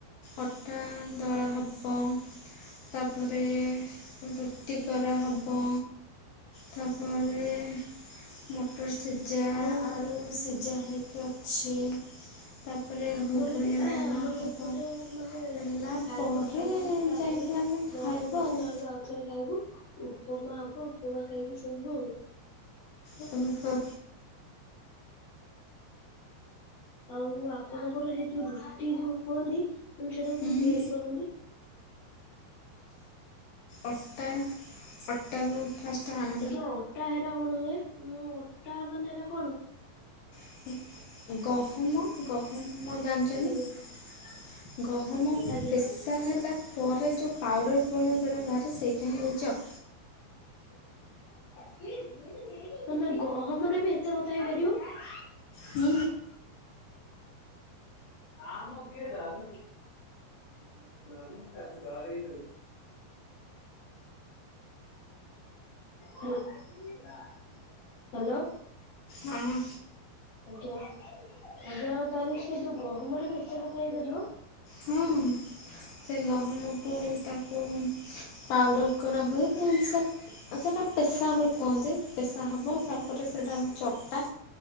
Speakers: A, on the left (about 70°); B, on the left (about 50°).
A: ଅଟା ଦଳା ହବ। ତାପରେ ରୁଟି କରାହବ। ତାପରେ ମଟର ସିଯା
B: ଆଉ
A: ଆଳୁ ସିଯା ହେଇକିଅ ଛି। ତାପରେ
B: ଆମର
A: ଘୁଘୁନି
B: ବି
A: ବନା
B: ଆମର
A: ହବ।
B: ବି ଏପଟେ ମାନେ
A: ହେଲା
B: ଖାଇ
A: ପରେ
B: ଖୁଆ ସରିନି ତାପରେ
A: ଯାଇକି ଆମେ
B: ନଅଟା
A: ଖାଇବୁ
B: ଦଶଟା
A: ଆଉ।
B: ବେଳକୁ ଆଉଥରେ ଖାଇବୁ ଉପମା ହବ ଉପମା ଖାଇକି ଶୋଇବୁ ଆଉ।
A: ଓହୋ।
B: ଆଉ ଆପଣଙ୍କର ହେ ଯୋଉ ରୁଟି ଯୋଉ କୁହନ୍ତି ସେଇଟାକୁ
A: ମୁଁ
B: କେମିତି ତିଆରି କରନ୍ତି?
A: ଅଟା ଅଟାକୁ ଫାଷ୍ଟେ ଆଣ
B: ହେଯଉ ଅଟା ହେରା କଣ ହୁଏ ମୁଁ ଅଟା ମାନେ ହେରା କଣ?
A: ହାଲକା ଗହମ ଗହମ ଜାଣିଛନ୍ତି
B: ଆଜ୍ଞା
A: ଗହମ
B: ଆଜ୍ଞା
A: ପେଶ ସା ହେଲା ପରେ ଯୋଉ ପାଉଡ଼ର ଭଳିଆ ଯୋଉଟା ବାହାରେ ସେଇଟା ହିଁ ହଉଛି ଅ
B: <unintelligible> ମାନେ ଗହମରେ ବି ଏତେ କଥା ହେଇପାରିବ।
A: ହୁଁ।
B: ଆମ କିଏ ଡରୁଛି ଏଇଟା ଡରୁଛି ତାକୁ ଡରେଇ ଦଉଛି। ହା ହ୍ୟାଲୋ।
A: ହଁ।
B: ଆଜ୍ଞା ଆଜ୍ଞା ତାହେଲେ ସେ ଯୋଉ ଗହମରେ ବି ଏତେ କଥା ହେଇପାରିବ?
A: ହଁ। ସେ ଗହମକୁ ତାକୁ ପାଉଡ଼ର କରାହୁଏ ନହେଲେସେ ଆ ସେଟା ପେଶା ହୁଏ କୁହନ୍ତି ପେଶା ହବ
B: ହୁଁ
A: ତାପରେ ସେଇଟା ହଉଛି ଅଟା।